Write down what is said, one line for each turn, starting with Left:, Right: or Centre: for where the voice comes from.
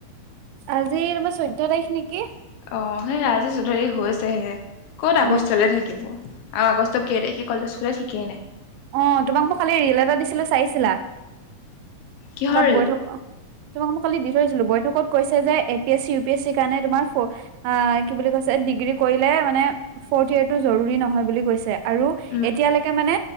Right: আজিৰ তোমাৰ চৈধ্য তাৰিখ নেকি?
Left: অ সেই আজি চৌধ তাৰিখ হৈছেহে, ক'ত
Right: উম
Left: আগষ্টলৈ থাকিব। আৰু আগষ্ট কেই তাৰিখে সে কলেজ খোলে ঠিকেই নাই।
Right: অ তোমাক মোক খালি ৰিল এটা দিছিলো চাইছিলা?
Left: কিহৰ
Right: তাত
Left: ৰেল?
Right: বৈ থক তোমাক মোক কালি দি থৈ আহিছিলো, বৈঠকত কৈছে যে--এ P S C, U P S চিৰ কাৰণে তোমাৰ অ কি বুলি কৈছে, ডিগ্ৰী কৰিলে মানে ফৰ্থ ইয়েৰটো জৰুৰী নহয় বুলি কৈছে। আৰু
Left: উম
Right: এতিয়ালৈকে মানে